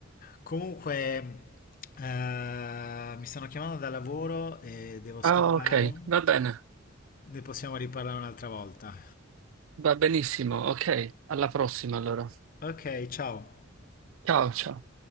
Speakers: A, on the left; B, on the right.
A: Comunque, eh, mi stanno chiamando da lavoro e devo scappare.
B: Ah, ok, va bene.
A: Ne possiamo riparlare un'altra volta.
B: Va benissimo, ok. Alla prossima allora.
A: Ok, ciao.
B: Ciao, ciao.